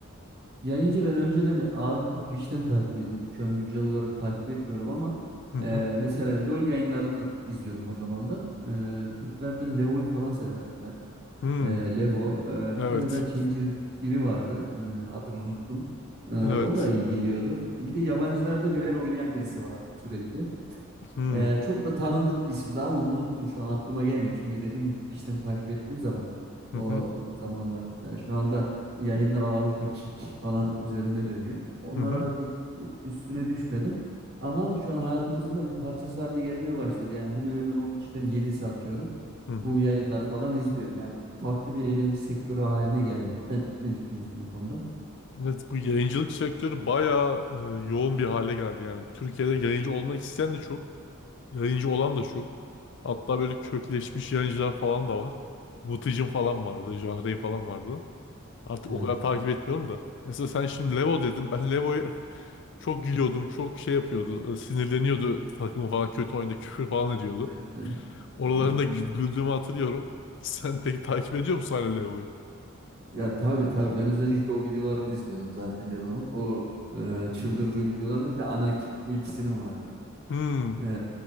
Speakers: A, on the right; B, on the left.
A: Yayıncı ben önceden ağırlıklı Twitch'ten takip ediyordum. Şu an güncel olarak takip etmiyorum ama
B: Hı hı.
A: e, mesela LoL yayınlarını izliyordum o zamandan. E, Türklerden Levo'yu falan severdim ben.
B: Hmm.
A: E, Levo. e,
B: Evet.
A: bir tane daha Challenger biri vardı. E, adını unuttum. E, o
B: Evet.
A: da iyi geliyordu. Bir de yabancılarda Riven oynayan birisi vardı sürekli.
B: Hmm.
A: Ee, çok da tanındık bir isimdi ama unuttum şu an aklıma gelmiyor. Çünkü dediğim gibi Twitch'ten takip ettiğim zaman
B: Hı
A: o
B: hı.
A: zamanlar e, şu anda yayınlar ağırlıklı kick falan üzerine dönüyor. Onlara
B: Hı hı.
A: da pek e, üstüne düşmedim. Ama şu an hayatımızın da bir parçası haline gelmeye başladı. Yani hemen hemen 10 kişiden yedisi atıyorum.
B: Hı hı.
A: Bu yayınlar falan izliyor. Yani farklı bir eğlence sektörü haline geldi. Sen ne düşünüyorsun bu konuda?
B: Evet, bu yayıncılık sektörü bayağı e, yoğun bir hale geldi yani. Türkiye'de yayıncı olmak isteyen de çok, yayıncı olan da çok. Hatta böyle kökleşmiş yayıncılar falan da var. Vıtıcın falan vardı, Jahre'yi falan vardı. Artık
A: Evet.
B: o kadar takip etmiyorum da. Mesela sen şimdi Levo dedin. Ben Levo'yu <laughs> çok gülüyordum, çok şey yapıyordu, e, sinirleniyordu takımı falan kötü oyunda, küfür falan ediyordu.
A: evet,
B: Oralarında
A: evet.
B: gü- güldüğümü hatırlıyorum. <laughs> Sen peki takip ediyor musun hala Leo'yu?
A: Ya tabii tabii ben özellikle o videolarını izliyordum zaten Leon'un. O e, çıldırdığı videolarla bir de Anakin. Bu ikisinin vardı.
B: Hmm.
A: E,